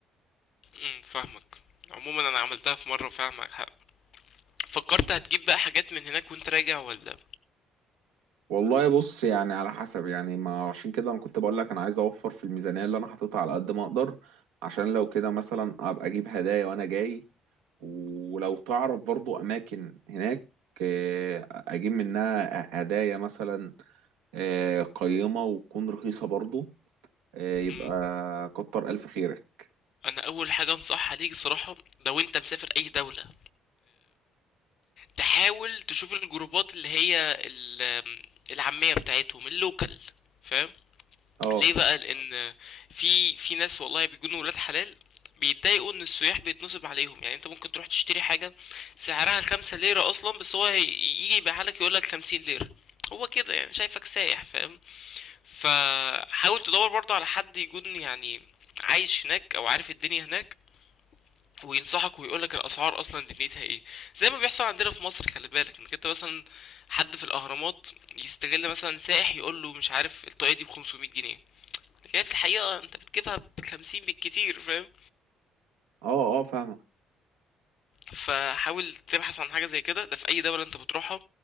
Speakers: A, on the left; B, on the right.
A: امم فاهمك عموما انا عملتها في مرة فاهمك حق فكرت هتجيب بقى حاجات من هناك وانت راجع ولا
B: والله بص يعني على حسب يعني ما عشان كده انا كنت بقول لك انا عايز اوفر في الميزانيه اللي انا حاططها على قد ما اقدر عشان لو كده مثلا ابقى اجيب هدايا وانا جاي ولو تعرف برضو اماكن هناك آه، اجيب منها هدايا مثلا آه، قيمة وتكون رخيصة برضو آه، يبقى
A: مم.
B: كتر ألف خيرك
A: انا اول حاجة انصحها ليك صراحة لو انت مسافر اي دولة تحاول تشوف الجروبات اللي هي ال- العامية بتاعتهم اللوكال فاهم
B: اه
A: ليه بقى لان في في ناس والله بيكونوا ولاد حلال بيتضايقوا ان السياح بيتنصب عليهم يعني انت ممكن تروح تشتري حاجة سعرها خمسة ليرة اصلا بس هو هي- يجي يبيعها لك يقول لك خمسين ليرة هو كده يعني شايفك سايح فاهم فحاول تدور برضه على حد يكون يعني عايش هناك او عارف الدنيا هناك وينصحك ويقول لك الاسعار اصلا دنيتها ايه زي ما بيحصل عندنا في مصر خلي بالك انك انت مثلا حد في الاهرامات يستغل مثلا سائح يقول له مش عارف الطاقيه دي ب 500 جنيه لكن هي في الحقيقه انت بتجيبها ب 50 بالكتير فاهم
B: اه اه فاهمك
A: فحاول تبحث عن حاجه زي كده ده في اي دوله انت بتروحها